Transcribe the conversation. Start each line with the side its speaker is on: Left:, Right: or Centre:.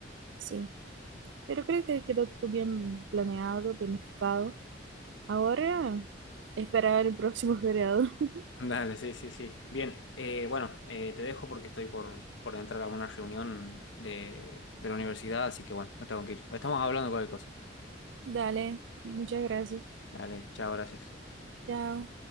Right: sí. Pero creo que quedó todo bien planeado, planificado. Ahora, esperar el próximo feriado. <laughs>
Left: Dale, sí, sí, sí. Bien, eh, bueno, eh, te dejo porque estoy por, por entrar a una reunión de, de la universidad, así que bueno, me tengo que ir. Estamos hablando cualquier cosa.
Right: Dale, muchas gracias.
Left: Dale, chao, gracias.
Right: Chao.